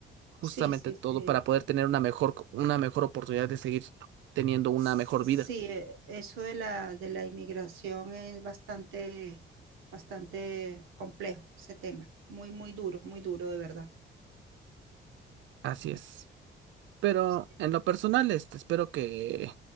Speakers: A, on the right (about 70°); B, on the right (about 85°).
A: justamente
B: Sí, sí,
A: todo
B: sí.
A: para poder tener una mejor, co- una mejor oportunidad de seguir teniendo una
B: Sí,
A: mejor vida.
B: eh, eso de la, de la inmigración es bastante, bastante complejo, ese tema. Muy, muy duro, muy duro de verdad.
A: Así es. Pero
B: Sí,
A: en lo personal, este, espero que